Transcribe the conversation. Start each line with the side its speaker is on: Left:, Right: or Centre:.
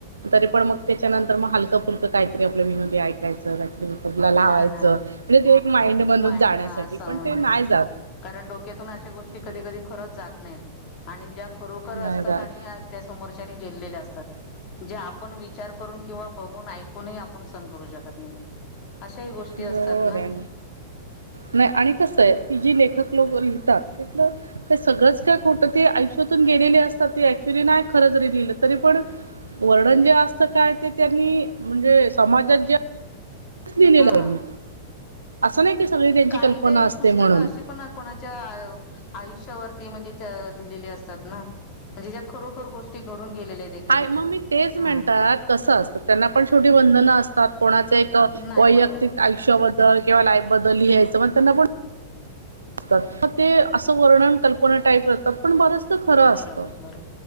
Right: तरी पण मग त्याच्यानंतर मग हालकं फुलकं काहीतरी आपलं विनोदी ऐकायचं काही तरी युट्युब ला लावायचं.
Left: हा ना
Right: म्हणजे ते एक माइंडमधून
Left: माइंड
Right: जाण्यासाठी
Left: हा असं
Right: पण
Left: म्हणजे
Right: ते नाय जात.
Left: कारण डोक्यातून अशा गोष्टी
Right: हं,
Left: कधी-कधी खरच जात नाहीत आणि ज्या खरोखर असतात
Right: नाही जात.
Left: आणि समोरच्याने झेललेल्या असतात जे आपण विचार करून किंवा बघून ऐकू कोणीही आपण सहन करू शकत नाही अशाही गोष्टी
Right: बरोबर
Left: असतात ना.
Right: आहे नाही आणि कसं आहे ती जी लेखक लोक लिहतात तिथलं हे सगळंच काय खोटं ते आयुष्यातून गेलेले असतात ते ऍक्च्युली नाही खरं जरी लिहिलं तरी पण वर्णन जे असत काय ते त्यांनी म्हणजे समाजात जे लिहिलेलं
Left: हा
Right: आहे त्यांनी असं नाही की सगळी त्यांची
Left: काही
Right: कल्पना
Left: काही
Right: असते
Left: पुस्तकं
Right: म्हणून.
Left: अशी पण कोणाच्या आयुष्यावरती म्हणजेच लिहिलेले असतात ना. म्हणजे ज्या खरोखर गोष्टी घडून गेलेल्या आहेत. एखाद्याच्या
Right: हाय मग मी तेच म्हणताय
Left: हा
Right: कसं असतं त्यांना पण छोटी वंधनं असतात कोणाच एक
Left: नाही
Right: वैयक्तिक
Left: बरोबर
Right: आयष्याबद्दल किंवा लाईफ बद्दल लिहायचं म्हण त्यांना पण <unintelligible> ते असं वर्णन कल्पना टाईप करतात पण बरंचदा खरं असत.
Left: बरोबर बरोबर